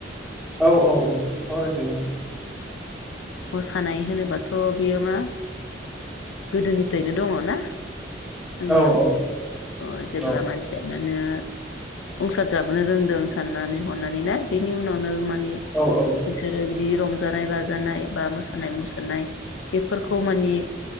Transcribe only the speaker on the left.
मोसानाय होनोबाथ बियो मा गोदोनिफ्रायनो दङ ना । जोंनियाव
अ जेब्ला
मानसिया मानो संसार जाबोनो रोंदों साननानै हनानै ना? बेनि उनावनो माने
बिसोरो बिदि रं रंजानाय बाजानाय बा मोसानाय मुसुरनाय बेफोरखौ माने